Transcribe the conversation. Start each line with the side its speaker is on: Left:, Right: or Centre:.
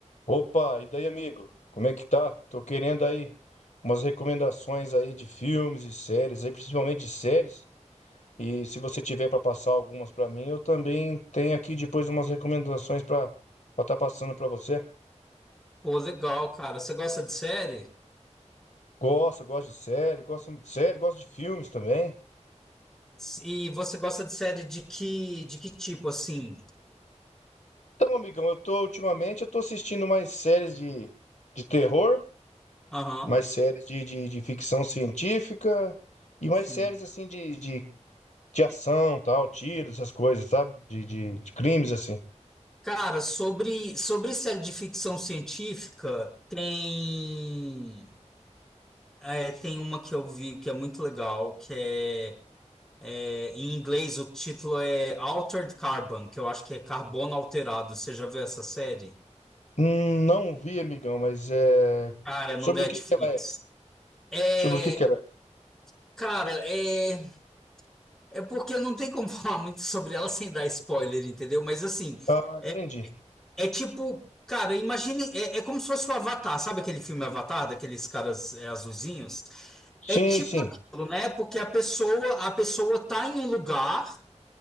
Left: Opa, e daí, amigo? Como é que tá? Tô querendo aí umas recomendações aí de filmes e séries, aí principalmente de séries. E se você tiver para passar algumas para mim, eu também tenho aqui depois umas recomendações para estar passando para você.
Centre: Pô, legal, cara. Você gosta de série?
Left: Gosto, gosto de série, gosto de série, gosto de filmes também.
Centre: E você gosta de série de que, de que tipo, assim?
Left: Então, amigão, eu tô ultimamente eu tô assistindo mais séries de, de terror,
Centre: Aham,
Left: mais séries de, de, de ficção científica e mais
Centre: sim.
Left: séries assim de, de de ação, tal, tiros, essas coisas, sabe? De, de, de crimes, assim.
Centre: Cara, sobre, sobre série de ficção científica, tem, é, tem uma que eu vi que é muito legal, que é, é, em inglês o título é Altered Carbon, que eu acho que é Carbono Alterado. Você já viu essa série?
Left: Hum, Não vi, amigão, mas é.
Centre: Cara, é
Left: Sobre
Centre: no Netflix.
Left: o que que ela é?
Centre: É,
Left: Sobre o que que ela é?
Centre: cara, é. É porque não tem como <laughs> falar muito sobre ela sem dar spoiler, entendeu? Mas assim,
Left: Ah, entendi.
Centre: é, é tipo, cara, imagine, é, é como se fosse o Avatar, sabe aquele filme Avatar, daqueles caras é, azulzinhos? É
Left: Sim,
Centre: tipo
Left: sim.
Centre: aquilo, né? Porque a pessoa, a pessoa tá em um lugar,